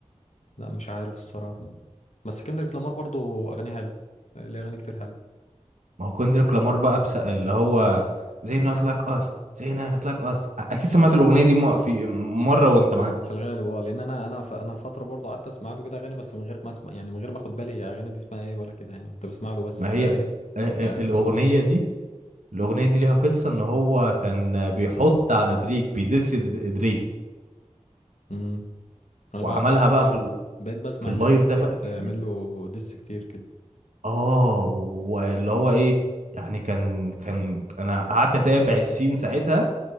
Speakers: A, on the left; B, on the right.
A: لا مش عارف الصراحة بس كندريك لامار برضو أغانيه حلو ليه أغاني كتير حلو
B: ما هو كندريك لامار بقى بس اللي هو زي نوت لايك اس زي نوت لايك اس اكيد سمعت الاغنيه دي م- في مره وانت
A: في
B: معدي
A: ال- في الغالب اه لأن أنا أنا ف- أنا فترة برضو قعدت أسمع له كده أغاني بس من غير ما أسمع يعني من غير ما أخد بالي هي أغاني دي اسمها إيه ولا كده يعني كنت بسمع له بس
B: ما
A: كده
B: هي آه،
A: إيه
B: آه،
A: كصوت
B: الاغنيه
A: يعني
B: دي الاغنيه دي ليها قصه ان هو كان بيحط على دريك بيدس در- دريك
A: امم أنا
B: وعملها
A: بقى بقى
B: بقى
A: بقيت
B: في ال-
A: بقيت بسمع
B: في اللايف
A: إن دريك
B: ده
A: بيتعمل
B: بقى جامد
A: له ديس كتير كده
B: اه واللي هو ايه يعني كان كان انا قعدت اتابع السين ساعتها